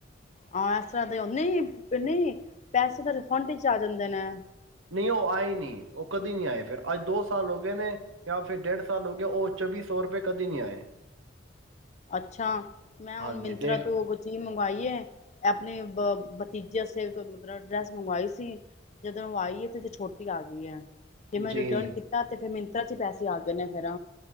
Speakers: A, on the left; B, on the right.
A: ਹਾਂ ਇਸ ਤਰ੍ਹਾਂ ਦੇ ਉਹ ਨਹੀਂ, ਨਹੀਂ ਪੈਸੇ ਤਾਂ ਰਿਫੰਡ ਆ ਜਾਂਦੇ ਨੇ।
B: ਨਹੀਂ ਉਹ ਆਏ ਨਹੀਂ, ਉਹ ਕਦੇ ਨਹੀਂੀ ਆਏ ਫਿਰ ਅੱਜ ਦੋ ਸਾਲ ਹੋ ਗਏ ਨੇ ਜਾਂ ਫਿਰ ਡੇਢ ਸਾਲ ਹੋ ਗਏ ਉਹ ਚੌਵੀ ਸੌ ਰੁਪਏ ਕਦੇ ਨਹੀਂੀ ਆਏ।
A: ਅੱਛਾ। ਮੈਂ
B: ਹਾਂਜੀ
A: ਹੁ ਮਿੰਤਰਾ
B: ਦੇਖ
A: ਤੋਂ ਕੁਛ ਹੀਜ਼ ਮੰਗਵਾਈ ਹੈ ਆਪਣੇ ਬਤੀ ਜੇ ਅਸੀਂ ਮਤਲਬ ਡਰੈਸ ਮੰਗਵਾਈ ਸੀ ਜਦੋਂਵਾਈ ਹੈ ਤੇ ਅ ਛੋਟੀ ਆ ਗਈ ਹੈ। ਜੇ ਮੈਂ
B: ਜੀ
A: ਰਿਟਰਨ ਕੀਤਾ ਤੇ ਫਿਰ ਮੈਨੂੰ ਚ ਪੈਸੇ ਆਗਏ ਨੇ ਫੇਿਰ।